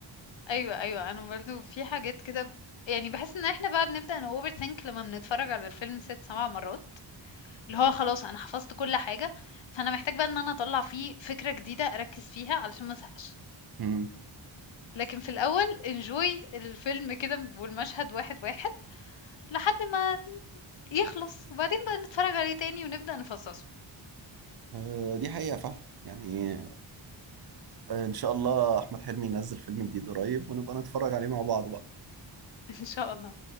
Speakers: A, on the left; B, on the right.
A: ايوه ايوه انا برضو في حاجات كده ب... يعني بحس ان احنا بقى بنبدأ ن overthink لما بنتفرج على الفيلم ست سبع مرات اللي هو خلاص انا حفظت كل حاجة فانا محتاج بقى ان انا اطلع فيه فكرة جديدة اركز فيها علشان ما ازهقش
B: مم.
A: لكن في الاول انجوي الفيلم كده والمشهد واحد واحد لحد ما يخلص وبعدين بقى نتفرج عليه تاني ونبدأ نفصصه
B: آه، دي حقيقة فعلا يعني آه، ان شاء الله احمد حلمي ينزل فيلم جديد قريب ونبقى نتفرج عليه مع بعض بقى
A: <laughs> ان شاء الله